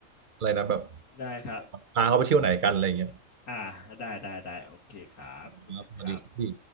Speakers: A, on the right (about 50°); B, on the left (about 70°).
A: อะไรนะแบบ
B: ได้ครับ
A: พาเขาไปเที่ยวไหนกันอะไรเงี้ย
B: อ่าได้ได้ได้โอเคครับคุยกันครับ
A: ครับสวัสดีครับพี่